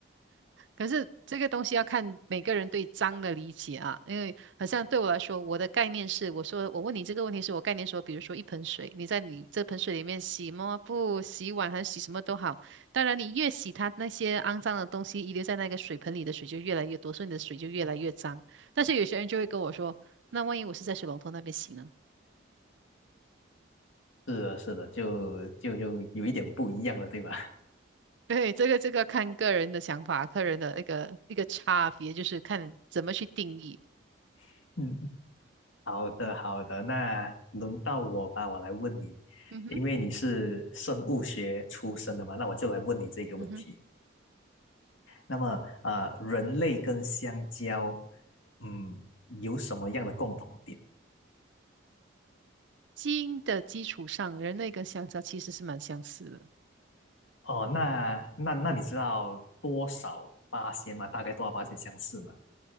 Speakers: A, on the right; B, on the left.
A: 可是这个东西要看每个人对脏的理解啊，因为好像对我来说，我的概念是，我说我问你这个问题是我概念说，比如说一盆水，你在你这盆水里面洗抹布、洗碗还是洗什么都好，当然你越洗它那些肮脏的东西遗留在那个水盆里的水就越来越多，所以你的水就越来越脏。但是有些人就会跟我说，那万一我是在水龙头那边洗呢？
B: 是的，是的，就就就有一点不一样了，对吧？
A: <laughs> 对，这个这个看个人的想法，个人的一个一个差别，就是看怎么去定义。
B: <laughs> 嗯。好的，好的，那轮到我吧，我来问你，
A: 嗯哼，
B: 因为你是生物学出身的嘛，那我就来问你这个问题。
A: 嗯哼。
B: 那么，呃，人类跟香蕉，嗯，有什么样的共同点？
A: 基因的基础上，人类跟香蕉其实是蛮相似的。
B: 哦，那那那你知道多少八仙吗？大概多少八仙相似吗？